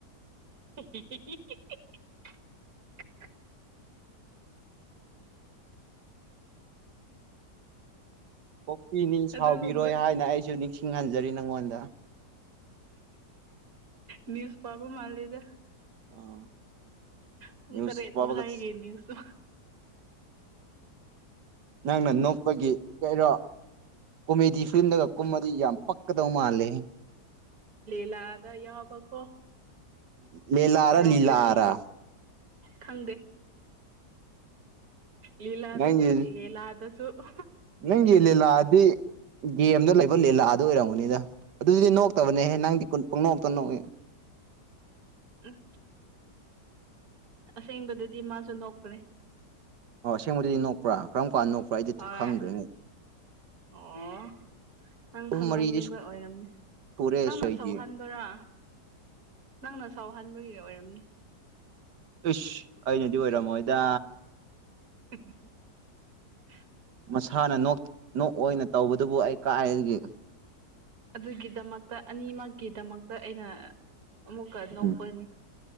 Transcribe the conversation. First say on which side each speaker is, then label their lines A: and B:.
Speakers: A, on the right; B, on the right.
A: <unintelligible>
B: ꯀꯣꯛꯄꯤꯅꯤ ꯁꯥꯎꯕꯤꯔꯣꯏ
A: ꯑꯗꯨꯒꯨꯝꯕ
B: ꯍꯥꯏꯅ ꯑꯩꯁꯨ ꯅꯤꯡꯁꯤꯡꯍꯟꯖꯔꯤ ꯅꯪꯉꯣꯟꯗ
A: ꯅꯤꯌꯨꯁ ꯄꯥꯕꯥ ꯃꯥꯂꯤꯗ
B: ꯑꯥ
A: ꯄꯨꯡ
B: ꯅ꯭ꯌꯨꯁ
A: ꯇꯔꯦꯠ
B: ꯄꯥꯕꯒ
A: ꯃꯈꯥꯏꯒꯤ ꯅ꯭ꯌꯨꯁꯨ
B: ꯅꯪꯅ ꯅꯣꯛꯄꯒꯤ ꯀꯔꯣ ꯀꯣꯃꯦꯗꯤ ꯐꯤꯂꯝꯗꯒ ꯀꯨꯝꯃꯗꯤ ꯌꯥꯝ ꯄꯛꯀꯗꯧ ꯃꯥꯜꯂꯤꯦ
A: ꯂꯤꯂ ꯑꯗ ꯌꯥꯎꯕꯀꯣ
B: ꯃꯦꯂ ꯑꯔꯥ
A: ꯌꯥꯎꯖꯒꯦ
B: ꯂꯤꯂ ꯑꯔꯥ
A: ꯈꯪꯗꯦ ꯂꯤꯂꯥꯗꯁꯨ
B: ꯅꯪꯒꯤ
A: ꯂꯤꯂꯥꯗꯁꯨ ꯁ
B: ꯅꯪꯒꯤ ꯂꯤꯂꯥꯗꯤ ꯌꯦ ꯑꯦꯝꯗ ꯂꯩꯕ ꯂꯤꯂꯥꯑ ꯑꯗꯨ ꯑꯣꯏꯔꯝꯒꯅꯤꯗ ꯑꯗꯨꯗꯤ ꯅꯣꯛꯇꯕꯅꯦꯍꯦ ꯅꯪꯗꯤꯣ ꯅꯣꯛꯇ ꯅꯣꯛꯏ
A: <unintelligible> ꯎꯝ ꯑꯁꯦꯡꯕꯗꯗꯤ ꯃꯥꯁꯨ ꯅꯣꯛꯄꯅꯦ
B: ꯑꯣ ꯑꯁꯦꯡꯕꯗꯨꯗꯤ ꯅꯣꯛꯄ꯭ꯔꯥ ꯀꯔꯝ ꯀꯥꯟꯗ ꯅꯣꯛꯄ꯭ꯔꯥ ꯑꯩꯗꯤ
A: ꯍꯣꯏ
B: ꯈꯪꯗ꯭ꯔꯤꯉꯩ
A: ꯑꯣ ꯅꯪ
B: ꯑꯍꯨꯝ
A: ꯈꯪꯉꯝꯗꯕꯣꯏ
B: ꯃꯔꯤꯗꯤ
A: ꯑꯣꯏꯔꯝꯅꯤ
B: ꯁꯨꯔꯦ
A: ꯅꯪꯅ
B: ꯑꯩꯗꯤ
A: ꯁꯧꯍꯟꯕꯔꯣ ꯅꯪꯅ ꯁꯥꯎꯍꯟꯕꯒꯤ ꯑꯣꯏꯔꯝꯅꯤ
B: ꯏꯁ ꯑꯩꯅꯗꯤ ꯑꯣꯏꯔꯝꯃꯣꯏꯗ
A: <unintelligible>
B: ꯃꯁꯥꯅ ꯅꯣꯛꯏ ꯑꯣꯏꯅ ꯇꯧꯕꯗꯨꯕꯨ ꯑꯩ ꯀꯥꯏꯒꯤ
A: ꯑꯗꯨꯒꯤꯗꯃꯛꯇ ꯑꯅꯤꯃꯛꯀꯤꯗꯃꯛꯇ ꯑꯩꯅ ꯑꯃꯨꯛꯀ ꯅꯣꯛꯄꯅꯤ
B: ꯎꯝ